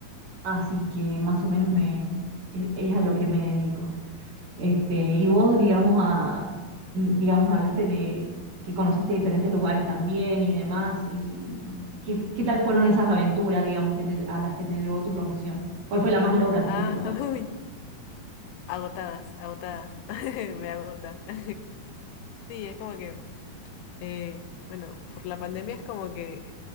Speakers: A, on the right; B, on the left.
A: así que más o menos me, es es a lo que me dedico. Este, y vos, digamos, a, digamos, me hablaste de que conociste diferentes lugares también y demás, y qué, qué tal fueron esas aventuras, digamos, que te- a las que te llevó tu profesión. ¿Cuál fue la más loca, así
B: Ah,
A: que te acordás?
B: <laughs> uy. Agotadas, agotada <laughs> Me agota. <laughs> Sí, es como que, eh, bueno, por la pandemia es como que eh,